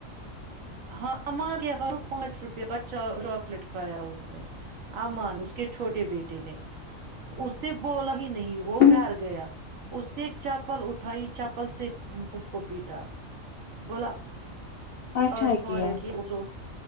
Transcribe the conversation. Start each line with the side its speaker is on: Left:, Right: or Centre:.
Right: ہاں امان کیاا پانچ روپے کا چاکلیٹ کھایا اس نے امان اس کے چھوٹے بیٹے نے اس کے <unintelligible> بولا ہی نہیں وہ
Left: ہ
Right: ڈر گیا اس نے ایک چاپل اٹھائی چاپل سے اس کو پیٹا بولا
Left: اچھا
Right: آج پہ
Left: کیا
Right: ل <unintelligible>